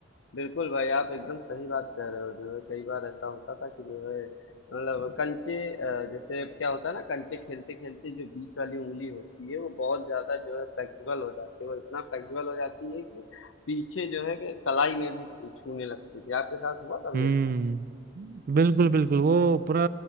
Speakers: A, on the left; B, on the right.
A: बिल्कुल भाई आप एकदम सही बात कह रहे हो जो है कई बार ऐसा होता था कि जो है मतलब कंचे अ, जैसे अब क्या होता है ना कंचे खेलते खेलते जो बीच वाली उंगली होती है वो बहुत ज्यादा जो है फ्लेक्सिबल हो जाती है वो इतना फ्लेक्सिबल हो जाती है कि पीछे जो है कि कलाई में भी छूने लगती थी आपके साथ हुआ कभी
B: हम्म
A: ऐसा
B: बिल्कुल बिल्कुल वो पूरा